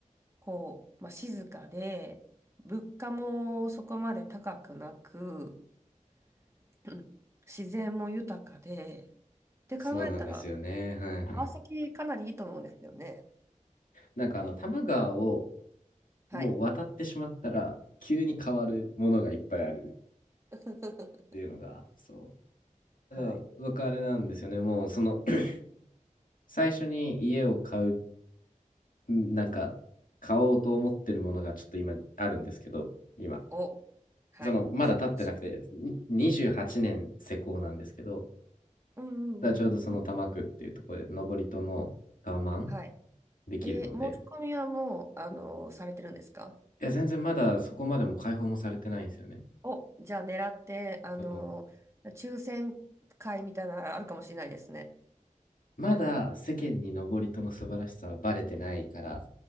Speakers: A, on the right (about 20°); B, on the left (about 90°).
A: こう、まあ、静かで、物価もそこまで高くなく、<clears throat> うん自然も豊かで、って考えたら、
B: そうなんですよね。はいはい。
A: 川崎かなりいいと思うんですよね。
B: なんかあの、多摩川を
A: はい。
B: もう渡ってしまったら、急に変わるものがいっぱいある
A: <laughs>
B: っていうのが、そう。
A: はい。
B: ただ、僕あれなんですよね。もう、その、<clears throat> 最初に家を買う、んなんか、買おうと思ってるものがちょっと今あるんですけど、今。
A: お、はい。
B: その、まだ経ってなくて、
A: 素晴らしい。
B: に28年施工なんですけど、
A: うんうんうん。
B: だちょうどその多摩区っていうところで、登戸のタワマン
A: はい。
B: できるので、
A: えー申し込みはもう、あの、されてるんですか
B: いや、全然まだそこまでも開放もされてないんですよね。
A: お、じゃあ狙って、あの、
B: そう。
A: 抽選会みたいなのあるかもしれないですね。
B: まだ世間に登戸の素晴らしさはバレてないから